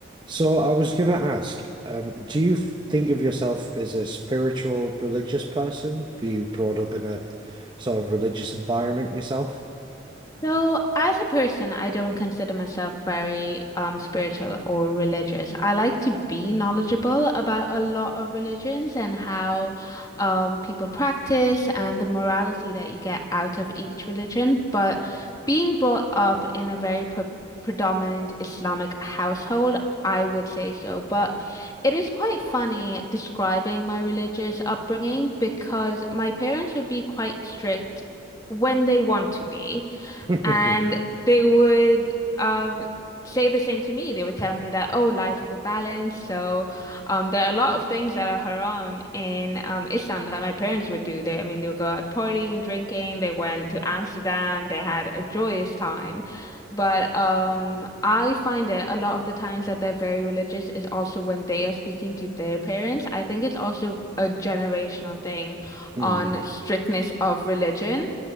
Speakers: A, on the right; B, on the left.
A: So I was gonna ask, um, do you think of yourself as a spiritual, religious person? Were you brought up in a sort of religious environment yourself?
B: So, as a person, I don't consider myself very um spiritual or religious. I like to be knowledgeable about a lot of religions and how um people practice and the morality that you get out of each religion. But being brought up in a very pre predominant Islamic household, I would say so. But it is quite funny describing my religious upbringing because my parents would be quite strict when they want to be.
A: <laughs>
B: And they would um, say the same to me. They would tell me that, oh, life is a balance. So um, there are a lot of things that are haram in um, Islam that my parents would do. They, I mean, they would go out partying, drinking. They went to Amsterdam. They had a joyous time. But um, I find it a lot of the times that they're very religious is also when they are speaking to their parents. I think it's also a generational thing
A: Hmm.
B: on strictness of religion.